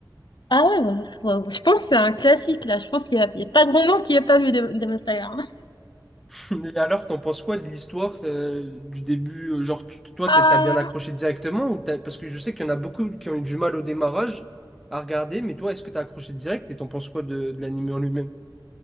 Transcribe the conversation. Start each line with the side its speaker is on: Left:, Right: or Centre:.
Left: Ah ouais, bah, faut- je pense que c'est un classique, là. Je pense qu'il y a, il y a pas grand monde qui a pas vu Demon Slayer. hein.
Centre: <laughs> Et alors, t'en penses quoi de l'histoire euh, du début? euh, Genre, tu- toi,
Left: Ah,
Centre: t'es- t'as bien accroché directement ou t'as- Parce que je sais qu'il y en a beaucoup qui ont eu du mal au démarrage à regarder, mais toi, est-ce que t'as accroché direct et t'en penses quoi de, de l'anime en lui-même?